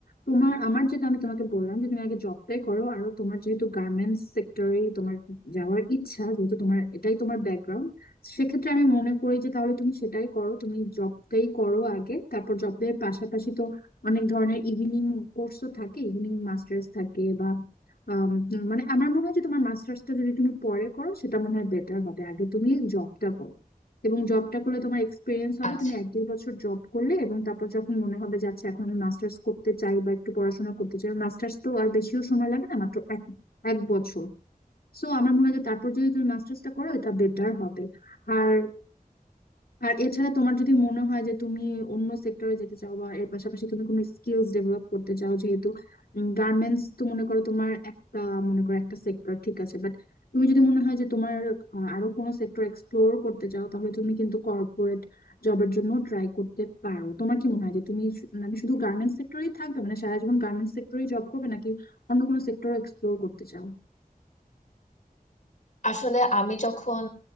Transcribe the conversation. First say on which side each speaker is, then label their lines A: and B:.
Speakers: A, on the left; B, on the left.
A: তোমার আমার যেটা আমি তোমাকে বললাম যে তুমি আগে জবটাই করো আর তোমার যেহেতু গার্মেন্টস সেক্টরে তোমার যাওয়ার ইচ্ছা যেহেতু তোমার এটাই তোমার ব্যাকগ্রাউন্ড সেক্ষেত্রে আমি মনে করি যে তাহলে তুমি সেটাই করো তুমি জবটাই করো আগে তারপর জবের পাশাপাশি তো অনেক ধরনের ইভিনিং কোর্সও থাকে ইভিনিং মাস্টার্স থাকে বা আম, মানে আমার মনে হয় যে তোমার মাস্টার্সটা যদি তুমি পরে করো সেটা মনে হয় বেটার হবে আগে তুমি জবটা করো এবং জবটা করলে তোমার এক্সপিরিয়েন্স হবে
B: আচ্ছা
A: তুমি এক দুই বছর জব করলে এবং তারপর যখন মনে হবে যে আচ্ছা এখন আমি মাস্টার্স করতে চাই বা একটু পড়াশোনা করতে চাই মাস্টার্স তো আর বেশিও সময় লাগে না মাত্র এক এক বছর সো আমার মনে হয় যে তারপর যদি তুমি মাস্টার্সটা করো এটা বেটার হবে আর আর এছাড়া তোমার যদি মনে হয় যে তুমি অন্য সেক্টরে যেতে চাও বা এর পাশাপাশি তুমি কোনো স্কিলস ডেভেলপ করতে চাও যেহেতু গার্মেন্টস তো মনে করো তোমার একটা মনে করো একটা সেক্টর ঠিক আছে বাট তুমি যদি মনে হয় যে তোমার আহ, আরো কোনো সেক্টর এক্সপ্লোর করতে চাও তাহলে তুমি কিন্তু কর্পোরেট জবের জন্য ট্রাই করতে পারো তোমার কি মনে হয় যে তুমি শু- মানে শুধু গার্মেন্টস সেক্টরেই থাকবে মানে সারা জীবন গার্মেন্টস সেক্টরেই জব করবে নাকি অন্য কোনো সেক্টর এক্সপ্লোর করতে চাও
B: আসলে আমি যখন